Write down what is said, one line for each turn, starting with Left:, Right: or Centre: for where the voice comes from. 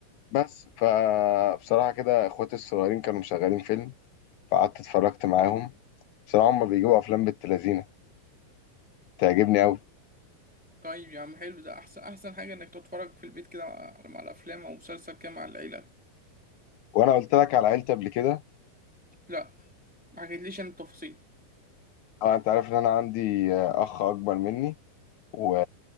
Left: بس فبصراحه كده اخواتي الصغيرين كانوا مشغلين فيلم فقعدت اتفرجت معاهم بصراحة هما بيجيبوا أفلام بالتلازينة تعجبني قوي
Centre: طيب يا عم حلو ده احسن احسن حاجه انك تتفرج في البيت كده مع مع الافلام او مسلسل كده مع العيله
Left: وانا قلت لك على عيلتي قبل كده
Centre: لا ما حكيتليش عن التفاصيل
Left: اه انت عارف ان انا عندي آه، اخ اكبر مني و...